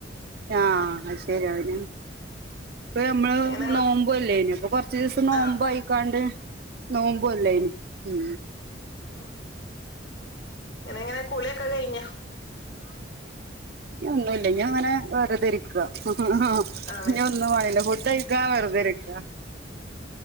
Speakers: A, on the right; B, on the left.
A: ആ അ ത്ശരിയാവുല ഇപ്പ നമ്മള്
B: അങ്ങനെ നിങ്ങള്
A: നോമ്പോല്ലേ ഇനി അപ്പൊ കൊറച്ച ദിവസം നോമ്പോ
B: ആഹ്
A: ആയിക്കാണ്ട് നോമ്പ്എല്ലേയിന്നോ
B: ഉ ഇങ്ങനെ എങ്ങനെ കുളിയൊക്കെ കഴിഞോ
A: ഇഞ്ഞൊന്നുല്ല ഇഞ്ഞങ്ങനെ വെർത ഇരിക്ക ആ
B: ആണ്
A: ഇനി ഒന്നും പണില്ല ഫുഡ് കഴിക്കാ വെറുതെരിക്ക